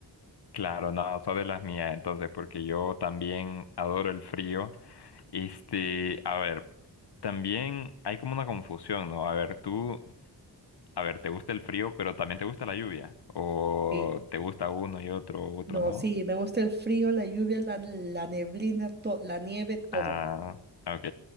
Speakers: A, on the left (about 65°); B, on the right (about 25°).
A: claro, no, sos de las mías, entonces, porque yo también adoro el frío. Este, a ver, también hay como una confusión, ¿no? A ver, tú, a ver, ¿te gusta el frío, pero también te gusta la lluvia? ¿O
B: Sí.
A: te gusta uno y otro, otro
B: No,
A: no?
B: sí, me gusta el frío, la lluvia, la, la neblina, to- la nieve, todo.
A: Ah, ok.